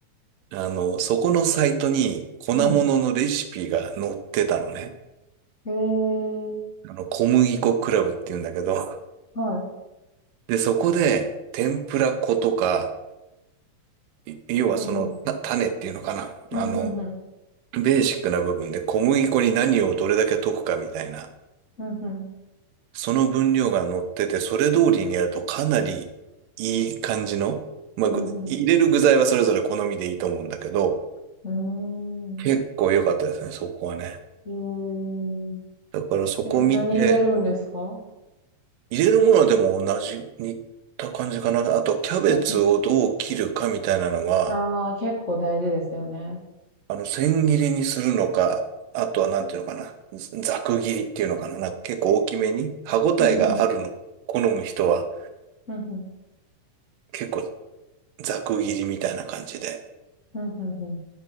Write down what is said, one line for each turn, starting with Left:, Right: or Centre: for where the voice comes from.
Right: あの、そこのサイトに粉物のレシピが載ってたのね。
Left: うん。へえ。
Right: あの、小麦粉クラブって言うんだけど、
Left: はい。
Right: で、そこで、天ぷら粉とか、い要はその、
Left: ふんふん。
Right: た種っていうのかな。
Left: うんふんふん。
Right: あの、ベーシックな部分で小麦粉に何をどれだけ溶くかみたいな。
Left: うん、うん、
Right: その分量が乗ってて、それ通りにやるとかなりいい感じの、まあ、
Left: うん
Right: ぐ入れる具材はそれぞれ好みでいいと思うんだけど、
Left: うん、
Right: 結構良かったですね、
Left: う
Right: そこはね。
Left: ーん。
Right: だからそこ見て、
Left: えー、え、何入れるんですか
Right: 入れるものでも同じ、似た感じかな。あと、キャベツをどう切るかみたいなのは、
Left: うん、うん。ああ、結構大事ですよね。
Right: あの、千切りにするのか、あとはなんていうのかな、ざく切りっていうのかな、なんか結構大きめに、歯ごたえがあるの、
Left: うん、うん、
Right: 好む人は
Left: うん、うん、
Right: 結構ざく切りみたいな感じで。
Left: うん、うんう